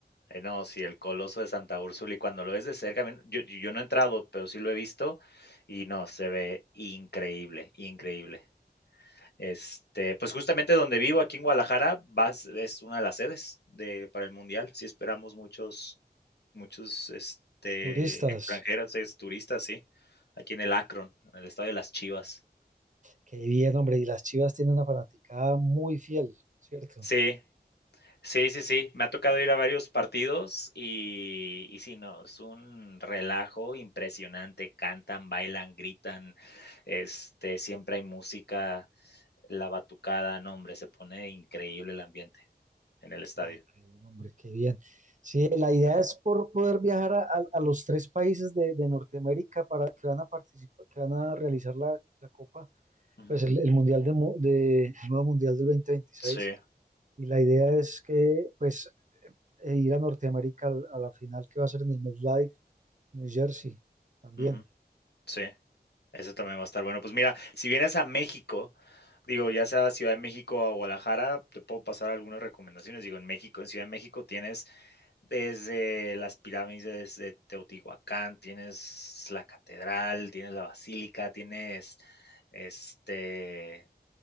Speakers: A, on the left (about 75°); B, on the right (about 45°).
A: Eh, no, sí, el Coloso de Santa Úrsula, y cuando lo ves de cerca, a mí yo yo no he entrado, pero sí lo he visto, y no, se ve increíble, increíble. Este, pues justamente donde vivo, aquí en Guadalajara, vas, es una de las sedes de, para el Mundial. Sí esperamos muchos, muchos este,
B: Turistas,
A: extranjeros, es, turistas, sí. Aquí en el Akron, en el estado de las Chivas.
B: qué bien, hombre, y las Chivas tienen una fanaticada muy fiel, ¿cierto?
A: Sí, sí, sí, sí. Me ha tocado ir a varios partidos y, y sí, no, es un relajo impresionante. Cantan, bailan, gritan. Este, siempre hay música, la batucada, no, hombre, se pone increíble el ambiente en el estadio.
B: Ah, qué bien, hombre, qué bien. Sí, la idea es por poder viajar a, a- a los tres países de, de Norteamérica para que van a participar, que van a realizar la, la Copa,
A: Ujú.
B: pues el, el Mundial de, mu- de- el nuevo Mundial del dos mil veintiséis.
A: Sí,
B: Y la idea es que, pues, eh, ir a Norteamérica al- a, la final que va a ser en el MetLife, New Jersey, también.
A: ujú, sí. Ese también va a estar bueno. Pues mira, si vienes a México, digo, ya sea Ciudad de México o Guadalajara, te puedo pasar algunas recomendaciones. Digo, en México, en Ciudad de México tienes desde las pirámides de Teotihuacán, tienes la catedral, tienes la basílica, tienes este